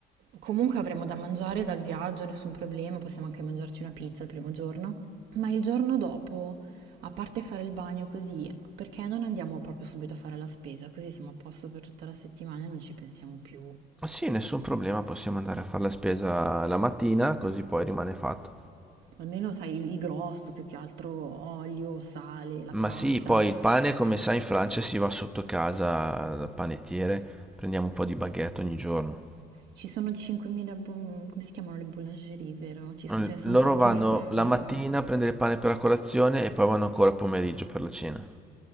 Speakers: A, on the right; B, in the centre.
A: comunque avremo da mangiare dal viaggio, nessun problema, possiamo anche mangiarci una pizza il primo giorno, ma il giorno dopo, a parte fare il bagno così, perché non andiamo proprio subito a fare la spesa? Così siamo a posto per tutta la settimana e non ci pensiamo più.
B: Ma sì, nessun problema, possiamo andare a fare la spesa la mattina, così poi rimane fatto.
A: Almeno sai il il grosso, più che altro olio, sale, la pasta.
B: Ma sì, poi il pane, come sai, in Francia si va sotto casa dal panettiere, prendiamo un po' di baguette ogni giorno.
A: Ci sono 5.000, bu- come si chiamano le boulangerie, vero? Ci so-
B: L-
A: ce ne sono
B: Loro
A: tantissime,
B: vanno la
A: vero?
B: mattina a prendere il pane per la colazione e poi vanno ancora a pomeriggio per la cena.